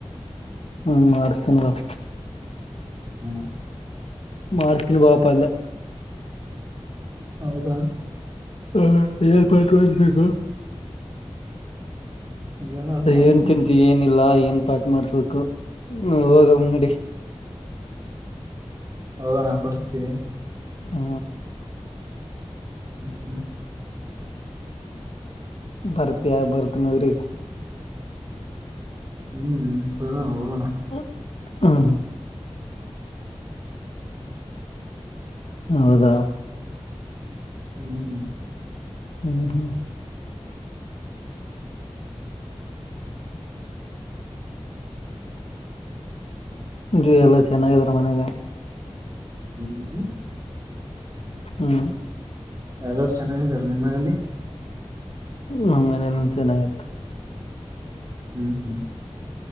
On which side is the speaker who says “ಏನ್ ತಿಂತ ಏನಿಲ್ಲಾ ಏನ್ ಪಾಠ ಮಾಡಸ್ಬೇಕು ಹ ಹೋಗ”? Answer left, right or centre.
Left